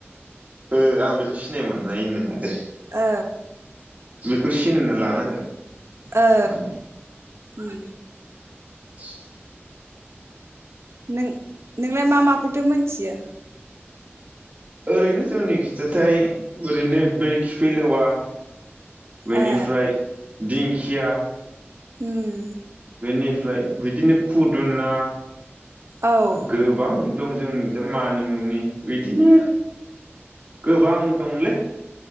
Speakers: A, on the right; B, on the right.
A: ओ बेखौ सिनाय मोननाय नङा दे।
B: ओ
A: खौ सिनायना लानांगोन
B: ओ
A: माने
B: उम
A: <inaudible>
B: नों नोंलाय मा माखौथो मोनथियो?
A: ओरैनो जोंनि खिजाथाइ ओरैनो बै खिफिलेवा बेनिफ्राय
B: ए
A: दिंखिया
B: हम
A: बेनिफ्राय बिदिनो खुदुना
B: औ ओ
A: गोबां दं जोंनिखि जा मानिमुनि बिदिनो गोबां दंलै